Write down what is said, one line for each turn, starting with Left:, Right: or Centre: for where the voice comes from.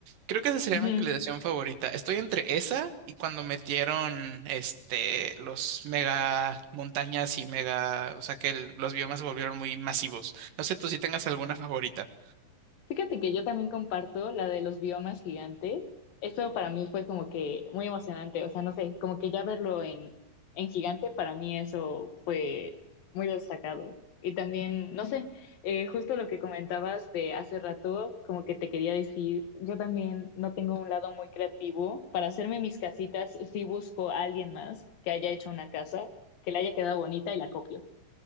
Right: Creo que esa sería
Left: ujú.
Right: mi actualización favorita. Estoy entre esa y cuando metieron este los mega montañas y mega, o sea que el- los biomas se volvieron muy masivos. No sé tú si tengas alguna favorita.
Left: Fíjate que yo también comparto la de los biomas gigantes. Eso para mí fue como que muy emocionante. O sea, no sé, como que ya verlo en, en gigante, para mí eso fue muy destacado. Y también, no sé, eh, justo lo que comentabas de hace rato, como que te quería decir, yo también no tengo un lado muy creativo. Para hacerme mis casitas, sí busco a alguien más que haya hecho una casa, que le haya quedado bonita y la copio.